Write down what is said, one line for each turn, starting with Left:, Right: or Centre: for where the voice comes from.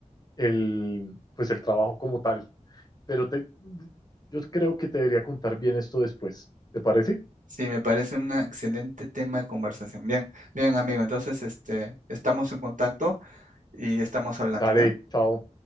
Left: el, pues el trabajo como tal. Pero te, yo creo que te debería contar bien esto después. ¿Te parece?
Right: Sí, me parece un excelente tema de conversación. Bien, bien, amigo. Entonces, este, estamos en contacto y estamos hablando,
Left: Dale,
Right: ¿bien?
Left: chao.